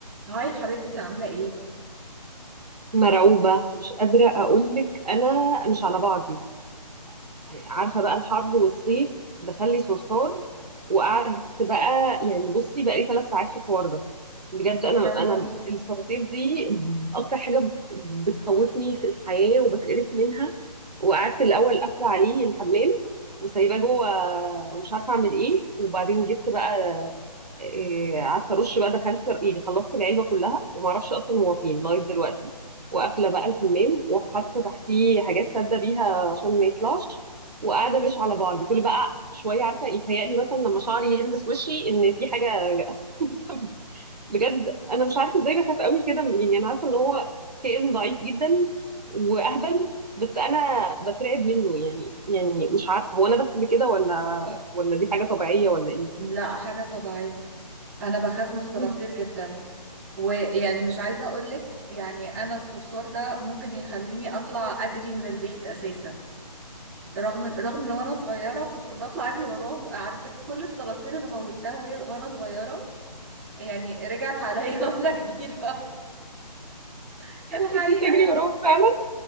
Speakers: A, in the centre; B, on the right.
A: هاي حبيبتي عاملة ايه؟
B: مرعوبة مش قادرة أقولك أنا مش على بعضي يعني عارفة بقى الحر والصيف دخلي صرصار وقعدت بقى يعني بصي بقى لي ثلاث ساعات في الحوار ده بجد أنا
A: يا نهاري
B: أنا الصراصير دي أكتر حاجة بت بتخوفني في الحياة وبتقرف منها وقعدت الأول قافلة عليه الحمام وسايباه جوه ومش عارفة أعمل إيه وبعدين جبت بقى إيه، قعدت ارش بقى دخلت يعني خلصت العلبه كلها وما اعرفش اصلا هو فين لغايه دلوقتي وقافله بقى الحمام وحاطه تحتيه حاجات ساده بيها عشان ما يطلعش وقاعده مش على بعضي كل بقى شويه عارفه يتهيألي مثلا لما شعري يلمس وشي ان في حاجه <laughs> جنبي بجد انا مش عارفه ازاي بخاف قوي كده يعني انا عارفه ان هو كائن ضعيف جدا واهبل بس انا بترعب منه يعني يعني مش عارفه هو انا بس اللي كده ولا ولا دي حاجه طبيعيه ولا ايه
A: لا حاجة طبيعية أنا بخاف من الصراصير
B: <laughs>
A: جدا ويعني مش عايزة أقولك يعني أنا الصرصار ده ممكن يخليني أطلع أجري من البيت أساسا رغم رغم إن وأنا صغيرة كنت بطلع أجري وراهم على فكرة كل الصراصير اللي موتها وهي وأنا صغيرة يعني رجعت عليا <laughs> وأنا كبيرة <laughs> الحقيقة
B: كنت بتجري
A: يعني
B: وراهم فعلا